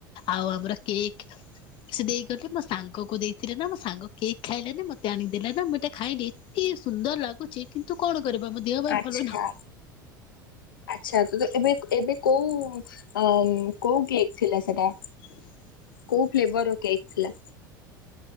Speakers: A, on the left; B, on the left.
A: ଆଉ ଆମର କେକ୍ ସେ ଦେଇଗଲେ ମୋ ସାଙ୍ଗକୁ ଦେଇଥିଲେ ସେ ଦେଇକି ଗଲେ ନା ମୋ ସାଙ୍ଗ କେକ୍ ଖାଇଲାନି ମତେ ଆଣିଦେଲା ନା ମୁଁ ଏଇଟା ଖାଇଲିି ଏତେ ସୁନ୍ଦର ଲାଗୁଛି କିନ୍ତୁ କଣ କରିବା ମୋ ଦେହ ପାଇଁ
B: ଆଛା
A: ଭଲ ନୁହଁ
B: ଆଛା ତ ଏବେ ଏବେ କୋଉଁ କୋଉଁ କେକ୍ ଥିଲା ସେଟା।
A: <inaudible>
B: କୋଉଁ ଫ୍ଲେଭର କେକ୍ ଥିଲା।